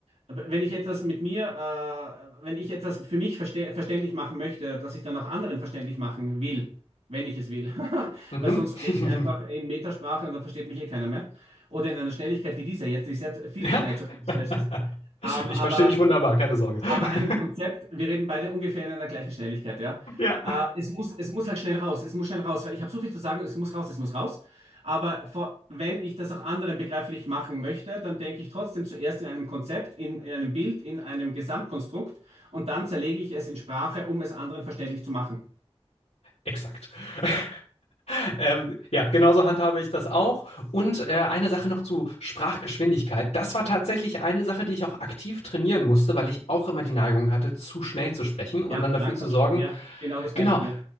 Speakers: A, on the right; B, on the left.
A: wenn ich etwas mit mir, äh, wenn ich etwas für mich verste verständlich machen möchte, dass ich dann auch anderen verständlich machen will, wenn ich es will. <laughs>
B: Mhm.
A: Weil sonst
B: <laughs>
A: rede ich einfach in Metasprache und dann versteht mich eh keiner mehr. Oder in einer Schnelligkeit wie dieser jetzt, die sehr viel
B: Ja.
A: zu schnell, schnell
B: <laughs>
A: ist. Ähm,
B: Ich
A: aber
B: verstehe dich wunderbar, keine Sorge.
A: aber ein
B: <laughs>
A: Konzept, wir reden beide ungefähr in einer gleichen Schnelligkeit, ja.
B: Ja,
A: Äh, es muss, es muss halt schnell raus, es muss schnell raus, weil ich habe so viel zu sagen, es muss raus, es muss raus. Aber vor, wenn ich das auch anderen begreiflich machen möchte, dann denke ich trotzdem zuerst in einem Konzept, in, in einem Bild, in einem Gesamtkonstrukt und dann zerlege ich es in Sprache, um es anderen verständlich zu machen.
B: exakt. <laughs> Ähm, ja, genauso handhabe ich das auch. Und äh, eine Sache noch zu Sprachgeschwindigkeit. Das war tatsächlich eine Sache, die ich auch aktiv trainieren musste, weil ich auch immer die Neigung hatte, zu schnell zu sprechen und
A: Ja,
B: dann dafür
A: langsam,
B: zu sorgen,
A: ja, genau das Gleiche
B: Genau.
A: hier.